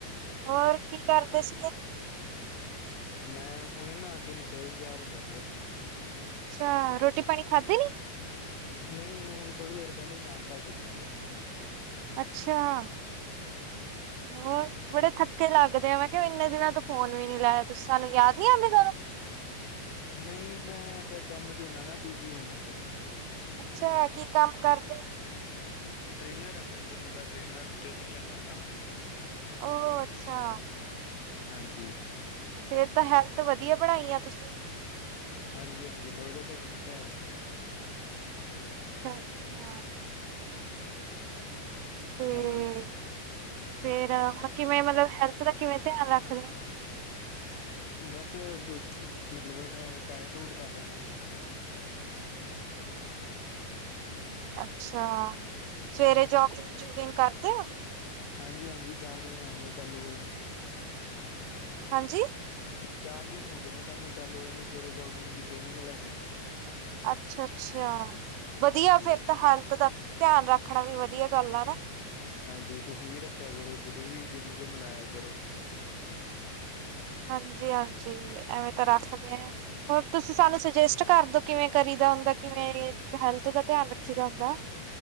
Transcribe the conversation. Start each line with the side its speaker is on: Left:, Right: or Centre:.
Right: ਹੋਰ ਕੀ ਕਰਦੇ ਸੀਗੇ।
Left: ਮੈਂ ਹੁਣੇ ਨਹਾ ਕੇ ਨਿਕਲ਼ਿਆ, ਤਿਆਰ ਹੁੰਦਾਂ ਸੀਗਾ।
Right: ਅੱਛਾ ਰੋਟੀ ਪਾਣੀਂ ਖਾਂਧੀ ਨੀਂ।
Left: ਨਹੀਂ- ਨਹੀਂ ਹੁਣ ਥੋੜ੍ਹੀ ਦੇਰ ਪਹਿਲੇ ਹੀ ਨਾਸ਼ਤਾ ਕੀਤਾ ਮੈਂ।
Right: ਅੱਛਾ। ਹੋਰ ਬੜੇ ਥੱਕੇ ਲੱਗਦੇ ਆ, ਮੈਂ ਕਿਹਾ ਇੰਨੇ ਦਿਨਾਂ ਤੋਂ ਫੋਨ ਵੀ ਨੀ ਲਾਇਆ ਤੁਸੀਂ ਸਾਂਨੂੰ, ਯਾਦ ਨੀ ਆਉਂਦੀ ਤੁਹਾਂਨੂੰ।
Left: ਨਹੀਂ ਮੈਂ ਫ਼ੇਰ ਕੰਮ ਚ ਹੁੰਦਾ ਨਾ, ਬਿਜੀ ਹੁੰਦਾਂ ਫ਼ਿਰ।
Right: ਅੱਛਾ, ਕੀ ਕੰਮ ਕਰਦੇਂ।
Left: ਟਰੇਨਰ ਆ ਮੈਂ ਜਿੰਮ ਦਾ, ਟਰੇਨਰ ਟ੍ਰੇਨਿੰਗ ਲੈਨਾ ਨਾ।
Right: ਓ ਅੱਛਾ।
Left: ਹਾਂਜੀ।
Right: ਫ਼ਿਰ ਤਾਂ ਹੈਲਥ ਵਧੀਆਂ, ਬਣਾਈਂ ਆ ਤੁਸੀਂ।
Left: ਹਾਂਜੀ- ਹਾਂਜੀ ਥੋੜਾ ਜਾਂ ਢਿੱਡ ਨਿਕਲ਼ ਆਉਣਾਂ।
Right: ਅੱਛਾ। ਤੇ
Left: ਹਾਂਜੀ।
Right: ਫੇਰ ਹੁਣ ਕਿਵੇਂ ਮਤਲਬ ਹੈਲਥ ਦਾ ਕਿਵੇਂ ਧਿਆਨ ਰੱਖਦੇ ਹੋ?
Left: ਬਸ ਮੱਤਲਬ ਮੈਂ ਡੈਟ ਡੂਟ ਕਰ ਲੈਨਾਂ ਹੁੰਨਾ।
Right: ਅੱਛਾ, ਸਵੇਰੇ ਜੋਗਿੰਗ- ਜੁਗਿੰਗ ਕਰਦੇ ਔ।
Left: ਹਾਂਜੀ- ਹਾਂਜੀ, ਚਾਰ ਕੁ ਦਿਨ ਹੋਏ ਨੇ ਚਾਲੂ ਹੋਈ ਨੂੰ।
Right: ਹਾਂਜੀ।
Left: ਚਾਰ ਦਿਨ ਹੋ ਗਏ ਨੇ ਸਾਨੂੰ ਚਾਲੂ ਹੋਇਆ ਨੂੰ ਸਵੇਰੇ ਜੋਗਿੰਗ ਦੀ ਟ੍ਰੇਨਿੰਗ ਲੈਣ।
Right: ਅੱਛਾ-ਅੱਛਾ ਵਧੀਆ
Left: ਹਾਂਜੀ
Right: ਫੇਰ ਤਾਂ ਹੈਲਥ ਦਾ ਧਿਆਨ ਰੱਖਣਾ ਵੀ ਵਧੀਆ ਗੱਲ ਆ ਨਾ।
Left: ਹਾਂਜੀ ਤੁਸੀਂ ਵੀ ਰੱਖਿਆ ਕਰੋ ਤੁਸੀਂ ਵੀ ਜਿੰਮ ਜੂਮ ਲਾਇਆ ਕਰੋ।
Right: ਹਾਂਜੀ-ਹਾਂਜੀ ਐਵੇਂ ਤਾਂ ਰੱਖਦੇ ਆ ਹੋਰ ਤੁਸੀਂ ਸਾਨੂੰ ਸੁਜੈਸਟ ਕਰਦੋ। ਕਿਵੇਂ ਕਰੀ ਦਾ ਹੁੰਦਾ, ਕਿਵੇਂ ਹੈਲਥ ਦਾ ਧਿਆਨ ਰੱਖੀ ਦਾ ਹੁੰਦਾ।